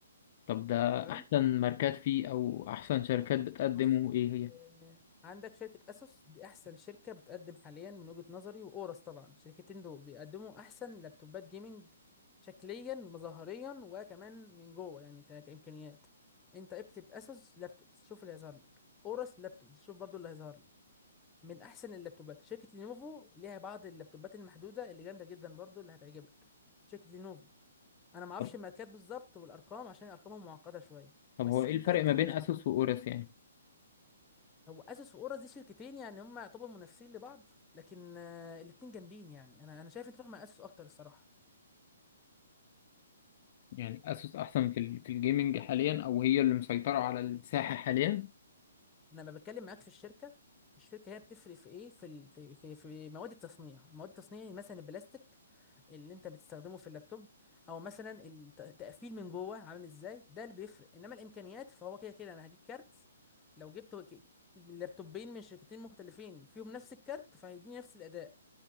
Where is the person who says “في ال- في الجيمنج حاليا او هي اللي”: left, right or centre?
Left